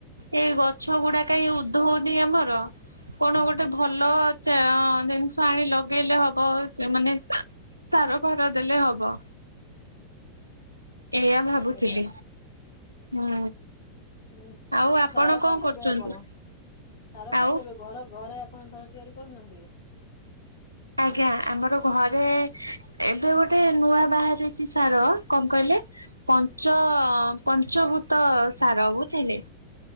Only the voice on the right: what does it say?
ଏ ଗଛ ଗୁଡା କାହିଁ ଉଦ୍ଧଉନି ଆମର କଣ ଗୋଟେ ଭଲ ଜିନିଷ ଆଣି ଲଗେଇଲେ ହବ ସେମାନେ ସାର ଫାର ଦେଲେ ହବ। ଏଇଆ ଭାବୁଥିଲି।
ହୁଁ
ଆଉ ଆପଣ
କ
କରୁଛନ୍ତି?
ଆଉ
ଆଜ୍ଞା ଆମର ଘରେ। ଏବେ ଗୋଟେ ନୂଆ ବାହାରିଛି ସାର କଣ କହିଲେ। ପଞ୍ଚ ପଞ୍ଚଭୂତ ସାର ବୁଝିଲେ